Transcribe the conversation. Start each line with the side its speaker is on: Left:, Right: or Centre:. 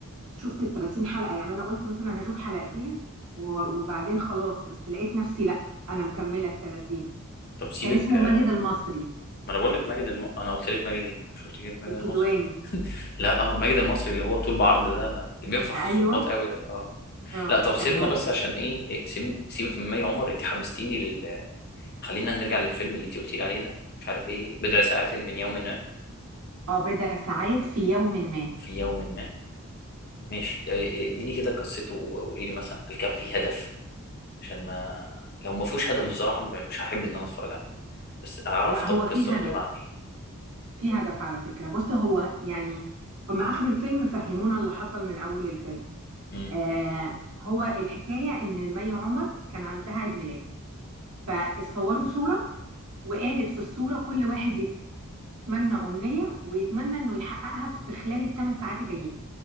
Right: شفت ال 30 حلقة يعني انا قلت مثلا هشوف حلقتين و- وبعدين خلاص بس لقيت نفسي لا انا مكملة ال 30
Left: طب سيبك
Right: كان اسمه
Left: آه،
Right: ماجد المصري
Left: ما انا بقول لك ماجد الم... انا قلت لك ماجد ايه انا مش قلت لك ماجد
Right: الكدواني
Left: المصري لا اه ماجد المصري اللي هو طول بعرض ده اللي بينفع في
Right: ايوه
Left: الظباط قوي ده اه
Right: اه
Left: لا طب سيبنا
Right: كان هو
Left: بس عشان ايه إيه، سيب... سيبك من مي عمر انت حمستيني لل... خلينا نرجع للفيلم اللي انت قلتي لي عليه ده مش عارف ايه بضع ساعات من يوم ما
Right: اه بضع ساعات في يوم ما
Left: في يوم ما ماشي إيه- إيه، اديني كده قصته وقولي لي مثلا هل كان فيه هدف عشان ما لو ما فيهوش هدف بصراحة م- مش هحب ان انا اتفرج عليه بس اعرف
Right: لا
Left: طب
Right: هو
Left: القصة
Right: في هدف
Left: بتدور عن ايه
Right: في هدف على فكرة بص هو يعني هم آخر الفيلم فهمونا اللي حصل من أول الفيلم
Left: مم.
Right: آه هو الحكاية إن مي عمر كان عندها عيد ميلاد فاتصوروا صورة وقالت في الصورة كل واحد يتمنى أمنية ويتمنى إنه يحققها في خلال الثمان ساعات الجايين